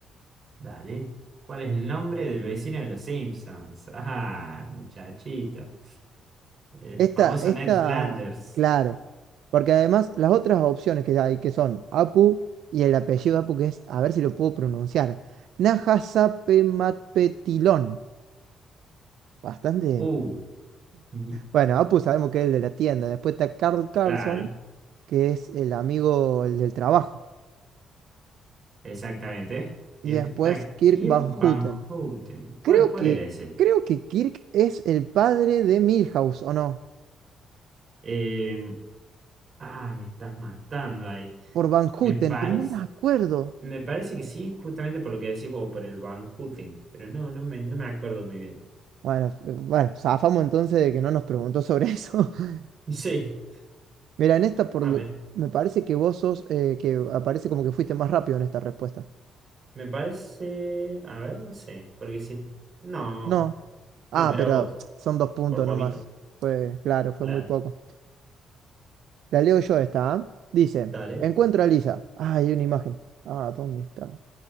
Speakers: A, on the right; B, on the right.
A: Dale. ¿Cuál es el nombre del vecino de los Simpsons? <laughs> Ah, muchachito. El
B: Esta,
A: famoso
B: esta,
A: Ned Flanders.
B: claro. Porque además las otras opciones que hay, que son Apu y el apellido Apu, que es, a ver si lo puedo pronunciar, Nahasapematpetilón. Bastante.
A: Uh, y-
B: Bueno, Apu sabemos que es el de la tienda. Después está Carl Carlson,
A: claro,
B: que es el amigo, el del trabajo.
A: exactamente. Y
B: Y
A: después
B: después
A: está
B: Kirk
A: Kirk
B: Van
A: Van
B: Houten.
A: Houten. ¿Cuál,
B: Creo
A: cuál
B: que,
A: era ese?
B: creo que Kirk es el padre de Milhouse, ¿o no?
A: Eh, ah, me estás matando ahí.
B: Por Van Houten,
A: Me parece,
B: pero no me acuerdo.
A: me parece que sí, justamente por lo que decís vos, por el Van Houten. Pero no, no me, no me acuerdo muy bien. <laughs>
B: Bueno, eh, bueno, zafamos entonces de que no nos preguntó sobre eso. <laughs>
A: Sí,
B: Mira, en esta por
A: a
B: lo-
A: ver.
B: me parece que vos sos, eh, que aparece como que fuiste más rápido en esta respuesta.
A: Me parece. A ver, no sé. Porque si. No.
B: No.
A: No,
B: Ah,
A: mira
B: pero
A: vos.
B: <tsk> son dos puntos
A: Por poquito.
B: nomás. Fue, claro, fue
A: Claro.
B: muy poco. La leo yo esta, ¿ah? Dice,
A: Dale.
B: encuentro a Lisa. Ah, hay una imagen. Ah, ¿dónde está?